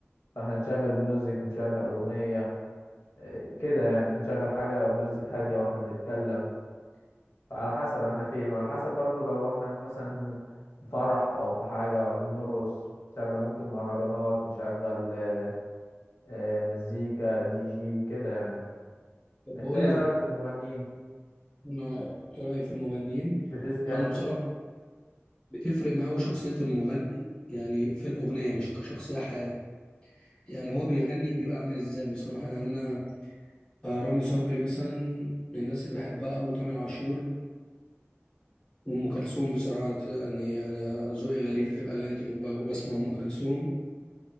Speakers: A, on the left; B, on the left.
A: فاحنا نشغل ميوزك نشغل اغنيه آه، كده يعني نشغل حاجة ميوزك هادية واحنا بنتكلم على حسب احنا فين وعلى حسب برضو لو احنا في مثلا فرح او في حاجة وعايزين نرقص نشغل ممكن مهرجانات نشغل آه، آه، مزيكا دي جي كده يعني
B: طب بقول
A: انت ايه رأيك
B: لك
A: في المغنيين
B: أنا إيه رأيي في المغنيين
A: بتس يعني
B: أنا بصراحة
A: بت...
B: بتفرق معاه
A: اه
B: شخصية المغني يعني في الأغنية مش كشخصية حياة يعني هو بيغني بيبقى عامل ازاي بصراحة يعني انا آه، رامي صبري مثلا من الناس اللي بحبها او تامر عاشور وام كلثوم بصراحة يعني انا ذوقي غريب في الاغاني وب- وبسمع ام كلثوم